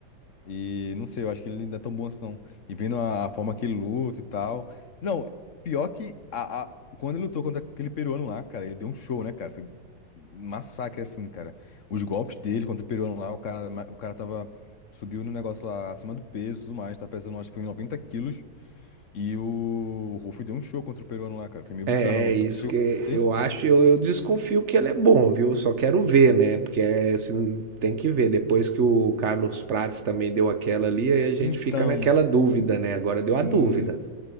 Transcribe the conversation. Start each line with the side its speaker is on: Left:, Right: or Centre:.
Left: e não sei, eu acho que ele não é tão bom assim, não. E vendo a, a forma que ele luta e tal. Não, pior que a, a- quando ele lutou contra aquele peruano lá, cara, ele deu um show, né, cara? Foi um massacre, assim, cara. Os golpes dele contra o peruano lá, o cara, o cara tava. Subiu no negócio lá acima do peso e tudo mais, tá pesando, acho que foi 90 quilos. E o Ruff deu um show contra o peruano lá, cara. Foi meio
Right: É,
Left: bizarra a luta.
Right: é isso
Left: Você chegou
Right: que
Left: a assistir isso daí?
Right: eu acho. Eu, eu desconfio que ele é bom, viu? Só quero ver, né? Porque é, assim, tem que ver. Depois que o Carlos
Left: Ah,
Right: Prates também deu aquela ali, aí a gente
Left: Então,
Right: fica naquela dúvida, né? Agora deu
Left: sim.
Right: a dúvida.